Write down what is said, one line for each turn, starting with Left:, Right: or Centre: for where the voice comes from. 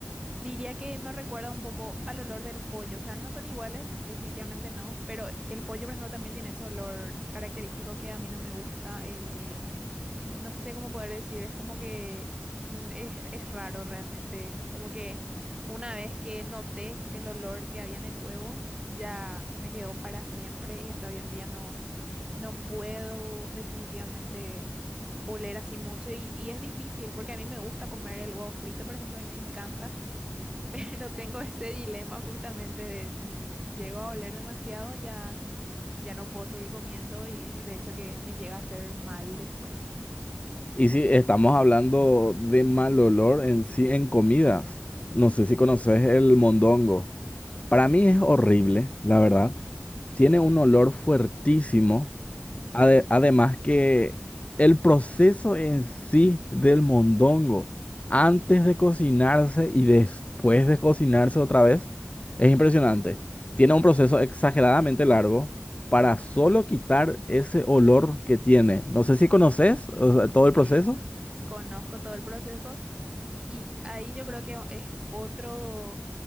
Right: Diría que me recuerda un poco al olor del pollo, o sea, no son iguales, definitivamente no, pero el pollo, por ejemplo, también tiene ese olor característico que a mí no me gusta. eh, no sé cómo poder decir, es como que mm, es, es raro realmente, es como que una vez que noté el olor que había en el huevo, ya se me quedó para siempre y hasta hoy en día no, no puedo definitivamente oler así mucho y, y es difícil porque a mí me gusta comer el huevo frito, por ejemplo, a mí me encanta, <laughs> pero tengo ese dilema justamente de si llego a oler demasiado ya, ya no puedo seguir comiendo y de hecho que me llega a hacer mal después.
Left: Y si estamos hablando de mal olor en sí en comidas, no sé si conoces el mondongo. Para mí es horrible, la verdad. Tiene un olor fuertísimo. Ade- además que el proceso en sí del mondongo, antes de cocinarse y después de cocinarse otra vez, es impresionante. Tiene un proceso exageradamente largo para solo quitar ese olor que tiene. No sé si conoces, o sea, todo el proceso.
Right: Sí. Conozco todo el proceso y ahí yo creo que es otro,